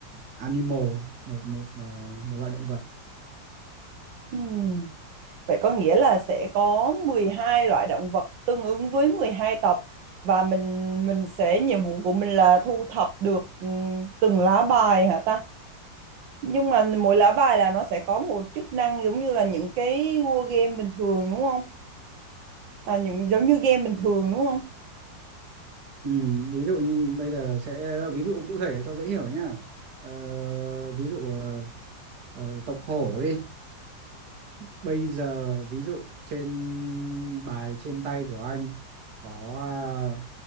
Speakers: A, on the right; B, on the right.
A: animal một một à, một loại động vật
B: Ừm, Vậy có nghĩa là sẽ có 12 loại động vật Tương ứng với 12 tộc Và mình mình sẽ nhiệm vụ của mình là thu thập được ừm, từng lá bài hả ta? nhưng mà mỗi lá bài là nó sẽ có một chức năng giống như là những cái war game bình thường đúng không à, những giống như game bình thường đúng không
A: Ừ, ví dụ như bây giờ sẽ ví dụ cụ thể cho dễ hiểu nhá. Ờ, ví dụ ờ, ờ, tộc hổ đi. Bây giờ ví dụ trên bài trên tay của anh có à,